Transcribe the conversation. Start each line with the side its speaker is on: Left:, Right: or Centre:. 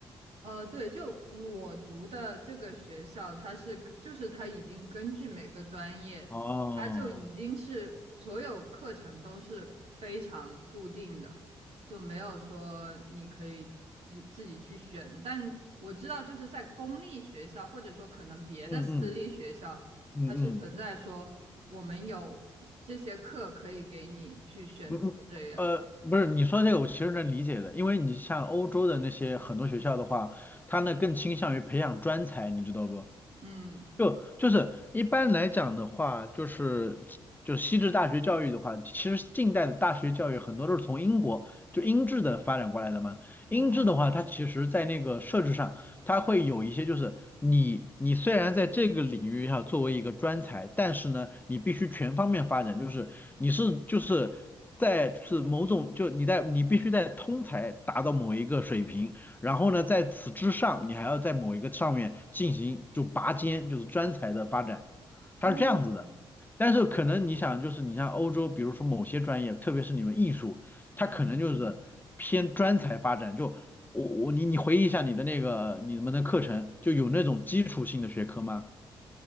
Right: 呃，对，就我读的这个学校，它是根就是它已经根据每个专业，
Left: 哦，
Right: 它就已经是所有课程都是非常固定的，就没有说你可以你自己去选的。但我知道，就是在公立学校，或者说可能别的私立学校，
Left: 嗯嗯嗯嗯
Right: 它是存在说我们有这些课可以给你去选择这样。
Left: 嗯嗯，呃，不是，你说这个我其实能理解的，因为你像欧洲的那些很多学校的话，他呢更倾向于培养专才，你知道不？
Right: 嗯，
Left: 就就是一般来讲的话，就是就是西制大学教育的话，其实近代的大学教育很多都是从英国就英制的发展过来的嘛。英制的话，
Right: 哦，
Left: 它其实在那个设置上，它会有一些就是你你虽然在这个领域上作为一个专才，但是呢，你必须全方面发展，就是你是就是在就是某种就你在你必须在通才达到某一个水平，然后呢，在此之上，你还要在某一个上面进行就拔尖，就是专才的发展，
Right: 哦，
Left: 它是这样子的。但是可能你想，就是你像欧洲，比如说某些专业，特别是你们艺术，它可能就是偏专才发展。
Right: 嗯。
Left: 就我我你你回忆一下你的那个你们的课程，就有那种基础性的学科吗？